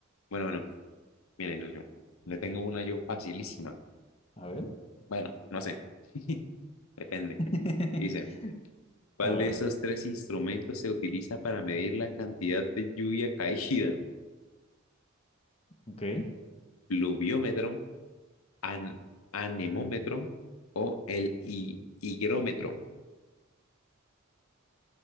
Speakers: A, on the left; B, on the left.
A: Bueno, bueno, mire, socio, le tengo una yo facilísima.
B: A ver,
A: Bueno, no sé. <laughs> Depende.
B: <laughs>
A: Dice, ¿Cuál
B: a ver,
A: de esos tres instrumentos se utiliza para medir la cantidad de lluvia caída?
B: ok.
A: ¿Pluviómetro, an- anemómetro o el hi- higrómetro?